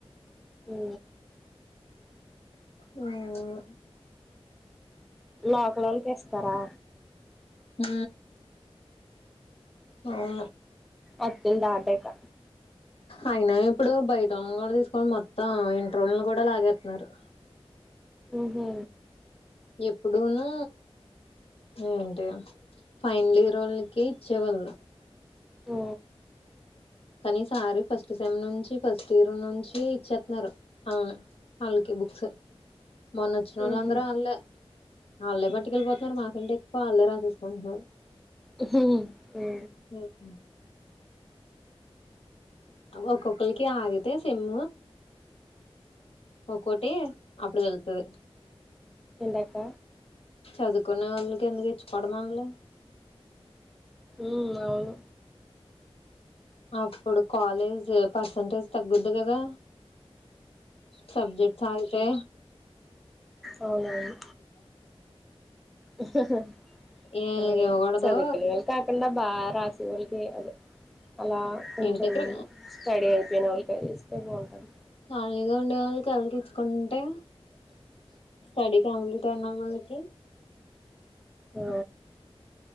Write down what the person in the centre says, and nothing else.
ఉ
లోకలొల్కి ఇస్తారా
ఒత్తుల్ దాటాకా
ఉహు
ఊ
ఉహు
ఉహు హు
ఏంటక్క
ఉ అవును
అవునవును ఉ
చదువు పిల్లలకి కాకుండా బా రాసే వాల్కి ఇయ్యాలి అలా కొంచెం
స్టడీ అయిపోయిన వాళ్ళకి ఇస్తే బాగుంటది
ఉ